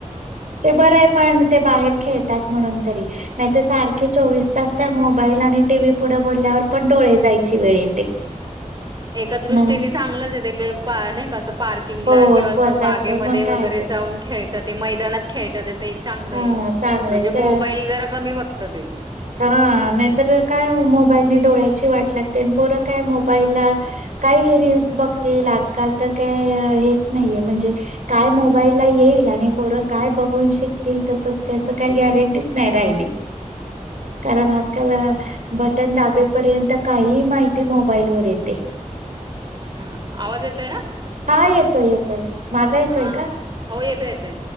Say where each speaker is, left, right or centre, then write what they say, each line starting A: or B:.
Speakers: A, on the right; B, on the right.
A: ते बरं हे पण ते बाहेर खेळतात म्हणून तरी नाही तर सारखे चोवीस तास त्या मोबाईल आणि टीव्ही पुढे बोलल्यावर पण डोळे जायची वेळ येते.
B: एका दृष्टीने
A: नाही
B: चांगलंच हे ते ग पा नाही का ते पार्क किंग
A: हो
B: ला किंवा
A: स्वतःच
B: असं बागेमध्ये
A: मग काय
B: वगैरे
A: तर
B: जाऊन खेळता ते मैदानात खेळतात ते एक चांगलं
A: हा
B: हे.
A: चांगले
B: म्हणजे मोबाईल जरा कमी बघंत ते.
A: हा नाहीतर काय मोबाईल ने डोळ्याची वाट लागते, अन पोरं काय मोबाईलला काय हे रिल्स बघतील, आजकाल तर काय हेच नाहीये म्हणजे काय मोबाईलला येईल आणि पोरं काय बघून शिकतील, तसंच त्याच काय गॅरंटीच नाय राहिली. कारण आजकाल बटन दाबेपर्यंत काहींही माहिती मोबाईल वर येते.
B: <inaudible> येतोय ना
A: हा येतोय-येतोय. माझा येतोय
B: हा
A: का?
B: हो येतोय-येतोय,